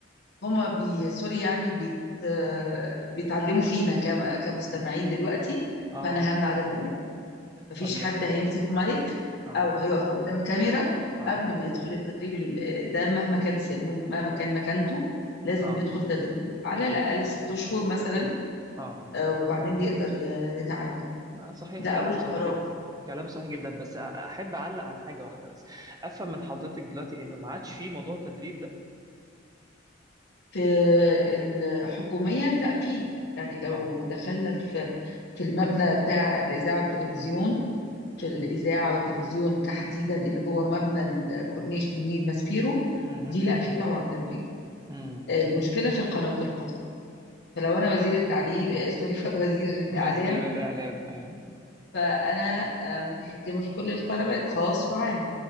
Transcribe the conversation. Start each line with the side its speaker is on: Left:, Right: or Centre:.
Left: هما بي سوري يعني بيت آه، بيتعلموا فينا كم- كمستمعين دلوقتي
Right: اه
Left: فانا همنع ده تماما مفيش
Right: طيب
Left: حد
Right: يعني
Left: هيمسك
Right: ايه
Left: مايك
Right: اه
Left: او هيقف قدام كاميرا
Right: اه
Left: قبل ما يدخل التدريب ال- ده مهما كان سنه مهما كان مكانته لازم
Right: اه
Left: يدخل تدريب على الاقل ست اشهر مثلا
Right: اه
Left: آه، وبعدين يقدر ي- يتعامل
Right: ما صحيح
Left: ده
Right: كلام
Left: اول
Right: صحيح
Left: قرار
Right: جدا كلام صحيح جدا بس أ- احب اعلق على حاجه واحده بس افهم من حضرتك دلوقتي انه ما عادش في موضوع تدريب ده
Left: في ال- حكوميا لا في يعني لو
Right: اه
Left: دخلنا في في المبنى بتاع الاذاعه والتلفزيون في
Right: امم
Left: الاذاعه والتلفزيون تحديدا اللي جوه مبنى الكورنيش من نيل ماسبيرو
Right: امم
Left: دي لا في طبعا تدريب
Right: امم
Left: المشكله في القنوات الخاصه فلو انا وزير التعليم آه، سوري <laughs> وزير الاعلام
Right: <laughs> وزير الاعلام ايه
Left: فانا آه، متحكمه في كل القنوات خاص وعام